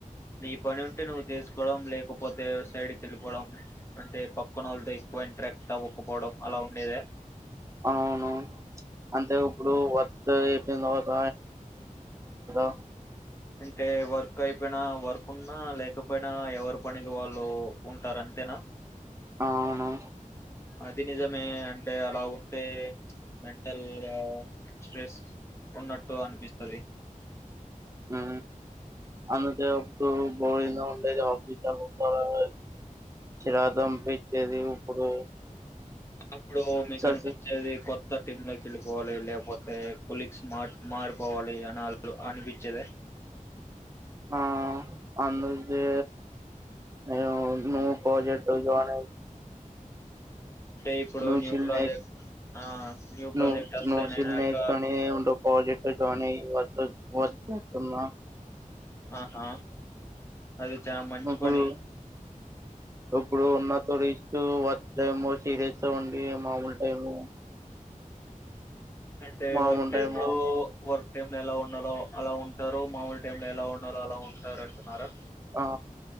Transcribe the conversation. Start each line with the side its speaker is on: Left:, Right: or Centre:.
Left: నీ పని ఉంటే నువ్వు చేసుకోవడం, లేకపోతే సైడ్కి వెళ్ళిపోవడం, అంటే పక్కన వాళ్ళతో ఎక్కువ ఇంట్రాక్ట్ అవ్వకపోవడం అలా ఉండేదా.
Right: అవును అంటే ఇప్పుడు వత్ అయిపోయిన తర్వాత <unintelligible>
Left: అంటే వర్క్ అయిపోయినా వర్క్ ఉన్నా లేకపోయినా ఎవరి పనికి వాళ్ళు ఉంటారు. అంతేనా
Right: ఆ అవును
Left: అది నిజమే అంటే అలా ఉంటే మెంటల్ స్ట్రెస్ ఉన్నట్టు అనిపిస్తది
Right: ఊ అందు ఎప్పుడూ బోరింగ్ గా ఉంటు <unintelligible> చిరాదం పిచ్చేది ఇప్పుడు
Left: అప్పుడు మీకు
Right: సస్
Left: అనిపించేది కొత్ కొత్త టీమ్ లేకి వెళ్ళిపోవాలి లేకపోతే కొలీగ్స్ మార్ మారిపోవాలి అని అనిపించేదె
Right: ఆ అందుకే నేను న్యూ ప్రాజెక్ట్ లో జాయిన్
Left: అంటే ఇప్పుడు
Right: నువ్వు
Left: న్యూ
Right: సిల్
Left: ప్రాజెక్ట్
Right: నే
Left: ఆ న్యూ ప్రాజెక్ట్
Right: నువ్వు
Left: వస్తేనేనాక
Right: నువ్వు సిల్ నేర్చుకొని ఉండు <unintelligible>
Left: ఆహా అది చానా మంచి
Right: ఇప్పుడు
Left: పని
Right: ఇప్పుడు ఉన్న తరీస్ వర్చ్ టైము సీరియస్ త ఉండి మామూలు టైము
Left: అంటే
Right: మామూలు
Left: వర్క్ టైమ్
Right: టైము
Left: లో వర్క్ టైమ్ లో ఎలా ఉండాలో అలా ఉంటారు మామూలు టైమ్ లో ఎలా ఉండాలో అలా ఉంటారు అంటున్నారా
Right: ఆ